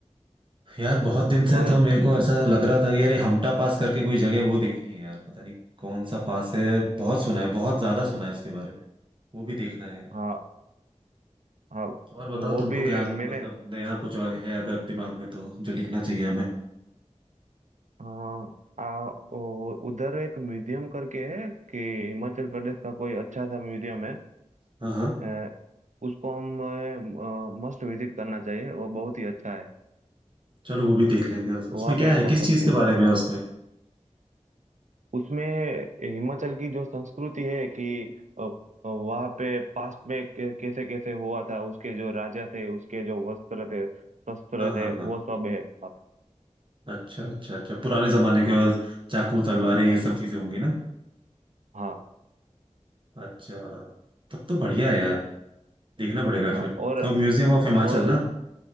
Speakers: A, on the right; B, on the right.
A: यार बहुत दिन से
B: और
A: था मेरे को ऐसा लग रहा था कि यार ये हमटा पास करके कोई जगह है, वो देखनी है यार पता नहीं कौन सा पास है बहुत सुना है बहुत ज्यादा सुना है उसके बारे में वो भी देखना है यार।
B: हाँ हाँ
A: और बताओ
B: वो
A: तुमको
B: भी
A: क्या
B: मैंने
A: मतलब नया कुछ और है अगर दिमाग में तो जो लिखना चाहिए हमें
B: हाँ आ, वो- उधर एक म्यूजियम करके है कि हिमाचल प्रदेश का कोई अच्छा सा म्यूजियम है
A: हाँ हाँ
B: अ, उसको हम मस्ट विजिट करना चाहिए वो बहुत ही अच्छा है
A: चलो वो भी देख लेंगे उस-
B: वो
A: उसमें
B: आप
A: क्या
B: ऐड
A: है
B: कर
A: किस
B: सकते
A: चीज के
B: हो
A: बारे में है उसमें
B: उसमें हिमाचल की जो संस्कृति है कि अ, वहाँ पे पास्ट में कै- कैसे कैसे हुआ था उसके जो राजा थे उसके जो वस्त्र थे शस्त्र
A: हाँ
B: थे
A: हाँ
B: वो
A: हाँ
B: सब है वहाँ पे।
A: अच्छा अच्छा अच्छा पुराने जमाने के और चाकू तलवारें ये सब
B: हाँ
A: चीजें होंगी ना
B: हाँ
A: अच्छा तब तो बढ़िया है यार देखना पड़ेगा
B: हाँ
A: फिर
B: और
A: तो म्यूजियम ऑफ हिमाचल
B: और
A: ना